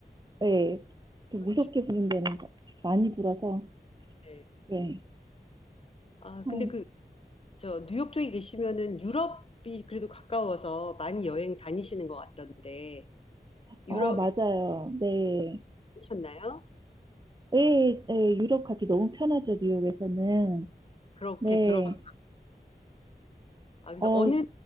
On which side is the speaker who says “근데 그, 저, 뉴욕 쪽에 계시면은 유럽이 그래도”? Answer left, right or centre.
Left